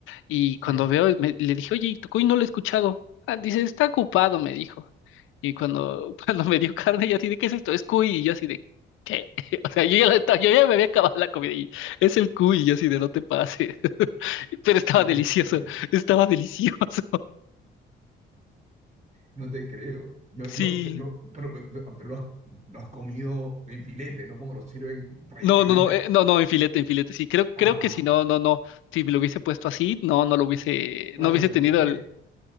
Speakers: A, on the left; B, on the right.
A: Y
B: sí.
A: cuando veo, me- le dije, oye, ¿y tu cuy no lo he escuchado? Ah, dice, está ocupado, me dijo. Y cuando, <laughs> cuando me dio carne, yo así de, ¿qué es esto? Es cuy. Y yo así de, ¿qué? <laughs> O sea, yo ya, la estaba- yo ya me había acabado la comida y es el cuy. Y yo así de, no te pases. <laughs> Pero estaba
B: No
A: delicioso,
B: te creo,
A: estaba delicioso. <laughs>
B: no te creo. Yo,
A: Sí.
B: yo, sé- yo, pero, pero, pero lo has, lo has comido en filete, no como lo sirven tradicionalmente.
A: No, no, no, eh, no, no, en filete, en filete. Sí, creo,
B: Ah,
A: creo que si no, no, no. Si me lo hubiese puesto así, no, no lo hubiese,
B: claro,
A: no hubiese
B: porque
A: tenido
B: tú sabes que
A: el.